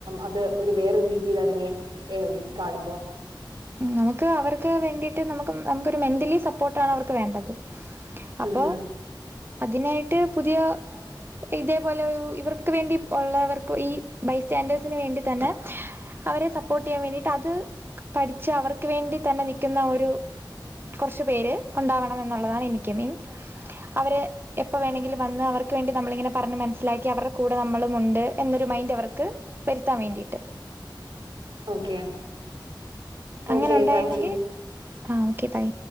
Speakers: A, on the right; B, on the right.
A: അത് ഒരു വേറൊരു രീതിയിൽ അതിനെ കാണുമ്പോ
B: നമുക്ക് അവർക്ക് വേണ്ടിട്ട് നമുക്ക് നമുക്കൊരു മെന്റലി സപ്പോർട്ട് ആണ് അവർക്ക് വേണ്ടത്.
A: ഉം
B: അപ്പോ
A: ഉം
B: അതിനായിട്ട് പുതിയ ഇതേപോലെ ഇവർക്ക് വേണ്ടി ഉള്ളവർക്ക് ഈ ബൈസ്റ്റാൻഡേഴ്സിന് വേണ്ടി തന്നെ. അവരെ സപ്പോർട്ട് ചെയ്യാൻ വേണ്ടിയിട്ട് അത് പഠിച്ച് അവർക്ക്. വേണ്ടി തന്നെ നിൽക്കുന്ന ഒരു കുറച്ച് പേര് ഉണ്ടാവണം. എന്നുള്ളതാണ് എനിക്ക് മീൻസ് അവര് എപ്പാ വേണമെങ്കിലും വന്ന്. അവർക്ക് വേണ്ടി നമ്മളിങ്ങനെ പറഞ്ഞ് മനസ്സിലാക്കി അവരുടെ കൂടെ നമ്മളും ഉണ്ട്. എന്നൊരു മൈൻഡ് അവർക്ക് വരുത്താൻ വേണ്ടിയിട്ട്.
A: ഓക്കെ
B: അങ്ങനെ
A: ഓക്കെ
B: ഉണ്ടായിരുന്നെങ്കിൽ
A: താങ്ക് യു
B: ആ ഓക്കെ ബൈ.